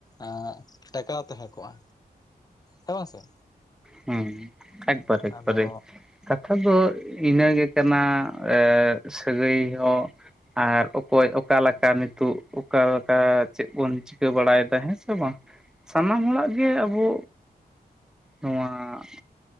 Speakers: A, on the left; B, in the centre.
A: ᱮᱸᱜ ᱴᱮᱠᱟᱣ ᱛᱟᱦᱮᱸ ᱠᱚᱜᱼᱟ। ᱦᱮᱸᱵᱟᱝ ᱥᱮ।
B: ᱦᱩᱸ ᱮᱠᱵᱟᱨᱮ ᱮᱠᱵᱟᱨᱮ
A: ᱟᱫᱚ
B: ᱠᱟᱛᱷᱟ ᱫᱚᱼᱼ ᱵᱷᱤᱱᱟᱹ ᱜᱮ ᱠᱟᱱᱟ ᱮᱜᱻ ᱥᱟᱹᱜᱟᱹᱭ ᱦᱚᱸ। ᱟᱨ ᱚᱠᱚᱭ ᱚᱠᱟ ᱞᱮᱠᱟ ᱱᱤᱛᱚᱜ ᱚᱠᱟ ᱞᱮᱠᱟ ᱪᱮᱫ ᱵᱚᱱ ᱪᱤᱠᱟᱹ ᱵᱟᱲᱟᱭᱮᱫᱟ ᱦᱮᱸ ᱥᱮ ᱵᱟᱝ। ᱥᱟᱱᱟᱢ ᱦᱚᱲᱟᱜ ᱜᱮ ᱟᱵᱚᱼᱼ ᱱᱚᱣᱟ